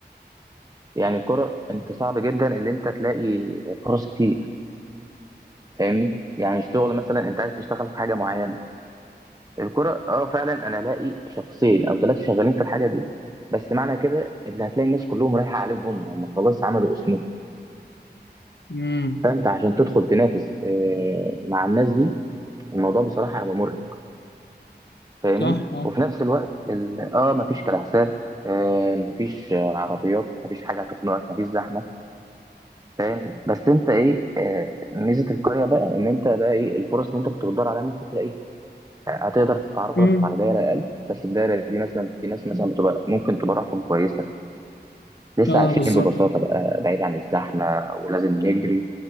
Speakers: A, on the right (about 20°); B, on the left (about 80°).
A: يعني الكرة انت صعب جدا ان انت تلاقي فرص كتير فاهمني يعني الشغل مثلا انت عايز تشتغل في حاجة معينة الكرة اه فعلا انا الاقي شخصين او ثلاثة شغالين في الحاجة دي بس معنى كده اللي هتلاقي الناس كلهم رايحة عليهم هم هم خلاص عملوا اسمهم
B: امم
A: فانت عشان تدخل تنافس آه مع الناس دي الموضوع بصراحة هيبقى مرهق فاهمني
B: صح اه
A: وفي نفس الوقت ال- اه مفيش كلاكسات آه مفيش آه، عربيات مفيش حاجة هتخنقك مفيش زحمة فاهم بس انت ايه آه، ميزه القريه بقى ان انت بقى ايه الفرص اللي انت كنت بتدور عليها ممكن تلاقي آه، هتقدر تتعرف
B: امم
A: على دايره اقل بس الدايره دي مثلا في ناس مثلا بتبقى ممكن تبرحهم كويسه لسه
B: اه
A: عايشين
B: بالظبط
A: ببساطه بقى بعيد عن الزحمه ولازم نجري